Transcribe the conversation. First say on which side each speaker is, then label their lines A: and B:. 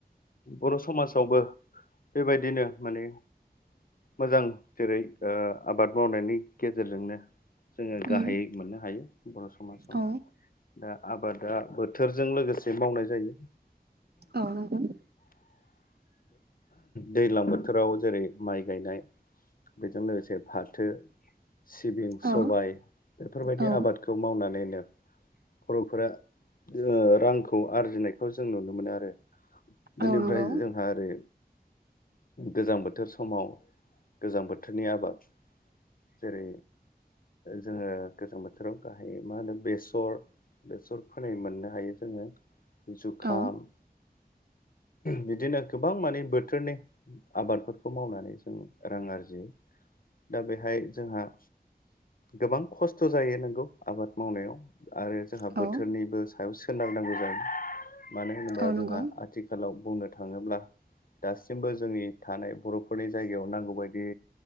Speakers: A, on the left (about 60°); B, on the right (about 75°).
A: बर' समाजावबो बेबायदिनो माने मोजां जेरै आबाद मावनायनि गेजेरजोंनो जोङो
B: उम
A: गाहायै मोननो हायो बर' समाजाव।
B: औ
A: दा आबादा बोथोरजों लोगोसे मावनाय जायो
B: औ नंगौ
A: दैज्लां बोथोराव जेरै माइ गायनाय बेजों लोगोसे फाथो सिबिं
B: औ
A: सबाय बेफोरबायदि
B: औ
A: आबाद बेखौ मावनानैनो बर'फोरा ओरांखौ आरजिनायखौ जों नुनो मोनो आरो बेनिफ्राय
B: औ नंगौ
A: जों आरो गोजां बोथोर समाव गोजां बोथोरनि आबाद जेरै जोङो गोजां बोथोराव गाहाय मा होनो बेसर बेसर फोनै मोननो हायो जोङो जुखाम
B: औ
A: बिदिनो गोबां माने बोथोरनि आबादफोरखौ मावनानै जों रां आरजियो दा बेहाय जोंहा गोबां खस्थ' जायो नोंगौ आबाद मावनायाव आरो जोंहा
B: औ
A: बोथोरनिबो सायाव सोनारनांगौ जायो मानो होनोबा
B: औ नंगौ
A: जोंहा आथिखालाव बुंनो थाङोब्ला दासिमबो जोंनि थानाय बर'फोरनि जायगायाव नांगौबायदि